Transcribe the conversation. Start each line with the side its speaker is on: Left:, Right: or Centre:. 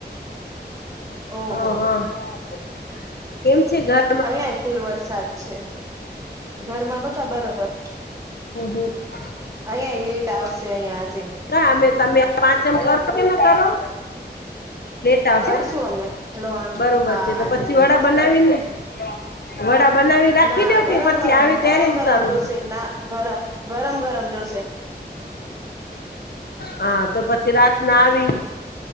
Right: ઓહો
Left: હા હા હું કેમ છે? ઘર
Right: અહીંયા ફૂલ વરસાદ છે. ઘરમાં બધા બરોબર.
Left: હમ હમ <unintelligible>
Right: અહીંયા લેટ આવશે અહિયાં આજે.
Left: ના અમે તમે પાંચમ કરો કે ના કરો? લાવશે
Right: કરશું અમે લોન
Left: બરોબર
Right: હા
Left: છે તો
Right: આજે
Left: પછી
Right: લેટ
Left: વડા
Right: આવશે
Left: બનાવી ને વડા બનાવી રાખી
Right: ના
Left: દયો
Right: ગરમ
Left: કે પછી
Right: ગરમ
Left: આવે ત્યારે
Right: ગરમ
Left: ઉતારું?
Right: ગરમ જોશે ના ગરમ ગરમ ગરમ જોશે.
Left: હા તો પછી રાતના આવી <unintelligible>